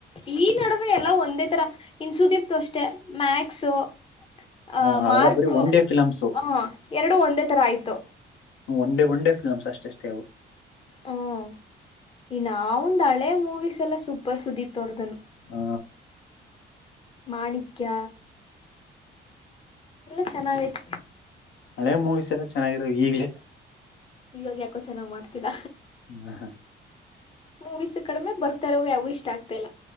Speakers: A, on the left (about 25°); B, on the left (about 80°).
A: ಈ ನಡುವೆ ಎಲ್ಲ ಒಂದೇ ತರ ಇನ ಸುದೀಪದು ಅಷ್ಟೆ. ಮ್ಯಾಕ್ಸು ಅ
B: ಹ ಅವೆಲ್ಲ
A: ಮಾರ್ಕು
B: ಬರೀ ಒನ್ ಡೇ ಫಿಲಮ್ಸ್
A: ಹ ಎರಡು ಒಂದೇ ತರ ಆಯ್ತು.
B: One day one day films ಅಷ್ಟಷ್ಟೇ ಅವು.
A: ಹ್ಮ ಇನ್ನ ಅವಂದ ಹಳೇ ಮೂವೀಸ್ ಎಲ್ಲ ಸೂಪರ್ ಸುದೀಪ್ ಅವರ್ದನು.
B: ಹ.
A: ಮಾಣಿಕ್ಯ. ಎಲ್ಲ ಚೆನ್ನಾಗೈತ.
B: ಹಳೆ ಮೂವಿಸ್ ಎಲ್ಲ ಚೆನ್ನಾಗಿದಾವ ಈಗ್ಲೇ.
A: ಇವಾಗ ಯಾಕೋ ಚೆನ್ನಾಗ್ ಮಾಡ್ತಿಲ್ಲ.
B: <unintelligible>
A: ಮೂವಿಸ್ ಕಡಿಮೆ ಬರ್ತಾರವು ಯಾವು ಇಷ್ಟ ಆಗ್ತ ಇಲ್ಲ.